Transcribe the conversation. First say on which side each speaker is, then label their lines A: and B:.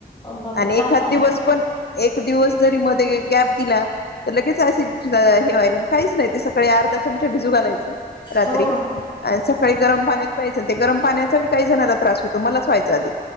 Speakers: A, on the left (about 30°); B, on the left (about 80°).
A: बापरे
B: आणि
A: चांगला
B: एखाद दिवस पण एक दिवस जरी मध्ये गॅप दीला तर लगेच एसिडिटी हे व्हायला काहीच नाही ते सकाळी अर्धा चमचा भिजू घालायच. च रात्री
A: हो
B: सकाळी गरम पाण्यात प्यायचं त्या गरम पाण्याचा काही जणाला त्रास होतो मलाच व्हायचा आधी